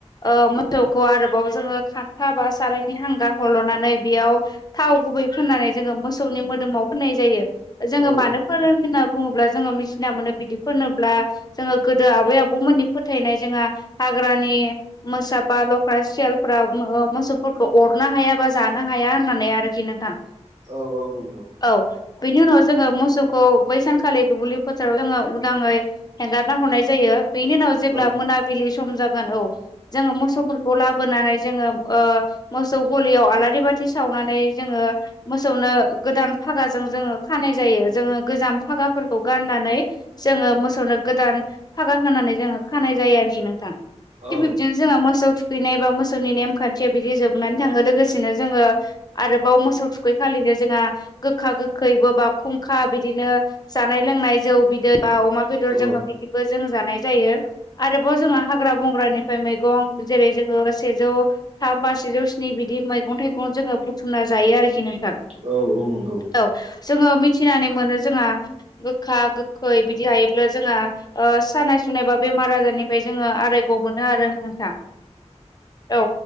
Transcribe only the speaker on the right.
औ
औ औ नंगौ।
औ
औ
औ
औ औ नंगौ।